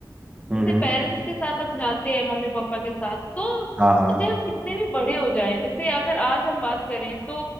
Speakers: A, on the right (about 15°); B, on the left (about 20°).
A: हम्म
B: जैसे
A: हम्म
B: पेरेंट्स के साथ हम जाते हैं मम्मी पापा के साथ तो
A: हाँ हाँ
B: चाहे हम कितने भी बड़े हो जाएं जैसे अगर आज हम बात करें तो